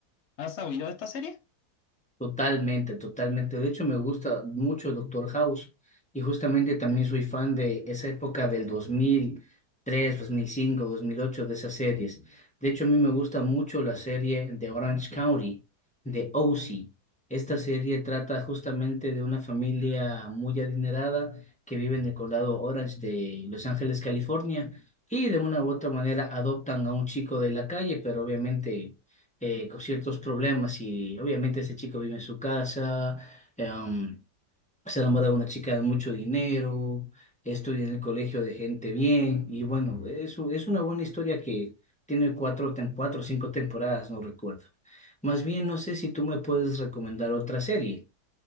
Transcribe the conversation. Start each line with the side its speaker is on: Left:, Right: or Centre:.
Left: ¿Has oído de esta serie?
Centre: Totalmente, totalmente. De hecho, me gusta mucho Doctor House y justamente también soy fan de esa época del dos dos mil mil tres dos mil cinco dos mil ocho de esas series. De hecho, a mí me gusta mucho la serie de Orange County, de OC. Esta serie trata justamente de una familia muy adinerada que vive en el condado Orange de Los Ángeles, California, y de una u otra manera adoptan a un chico de la calle, pero obviamente eh, con ciertos problemas y obviamente ese chico vive en su casa, em, se enamora de una chica de mucho dinero, estudia en el colegio de gente bien y bueno, es, u- es una buena historia que tiene cuatro, tem- cuatro o cinco temporadas, no recuerdo. Más bien, no sé si tú me puedes recomendar otra serie,